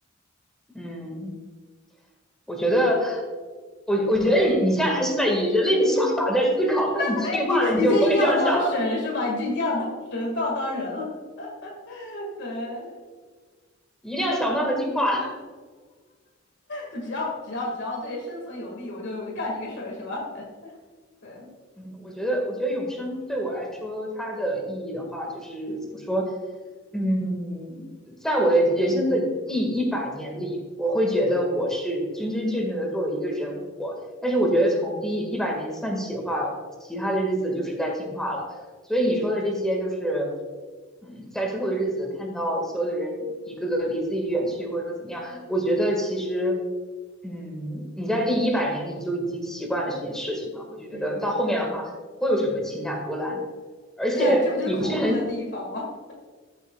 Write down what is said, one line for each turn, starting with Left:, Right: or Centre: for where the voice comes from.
Centre: 嗯，我觉得，我我觉得你你现在还是在以人类的想法在思考，但你进化了，
Left: <laughs> 你你就一定要当神是吧？
Centre: 你就不会这样想了，
Left: 你就一定要当神，不要当人了。<laughs> 对，
Centre: 一定要想办法进化。
Left: 就只要只要只要对生存有利，我就我就干这个事儿是吧？<laughs> 对，
Centre: 嗯，我觉得，我觉得永生对我来说，它的意义的话，就是怎么说？嗯，在我的人生的第一百年里，我会觉得我是真真正正的作为一个人活。但是我觉得从第一百年算起的话，其他的日子就是在进化了。所以你说的这些，就是嗯，在之后的日子看到所有的人一个个离自己远去，或者说怎么样。我觉得其实，嗯，你在第一百年里就已经习惯了这件事情了。我觉得到后面的话，
Left: 嗯，
Centre: 不会有什么情感波澜，而且你不是很，
Left: 对啊，这不就是恐怖的地方吗？